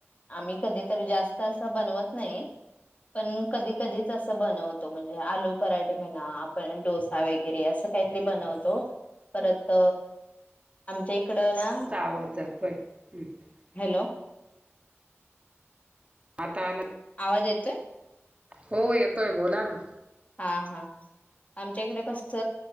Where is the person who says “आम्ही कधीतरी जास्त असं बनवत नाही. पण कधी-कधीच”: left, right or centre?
Left